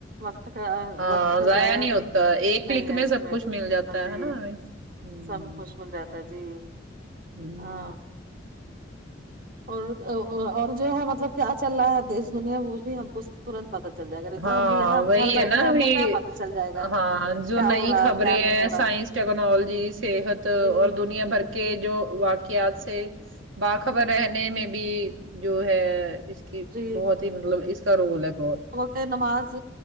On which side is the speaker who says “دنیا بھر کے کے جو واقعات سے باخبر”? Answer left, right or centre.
Right